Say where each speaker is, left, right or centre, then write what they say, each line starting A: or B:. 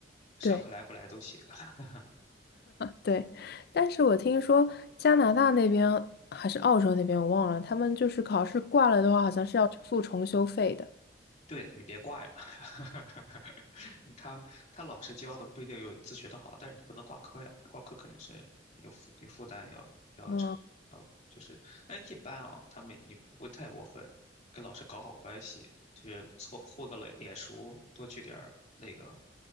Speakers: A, on the left; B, on the left.
A: 上课来不来都行。
B: 对
A: <laughs>
B: 对。但是我听说加拿大那边还是澳洲那边，我忘了，他们就是考试挂了的话，好像是要付重修费的。
A: 对的，你别挂呀。<laughs> 他他老师教的不一定有自学的好，但是你不能挂科呀，挂科肯定是有负有负担要要承要就是，
B: 嗯。
A: 但一般啊，他们你不会太过分，跟老师搞好关系，就是凑混个脸脸熟，多去点儿那个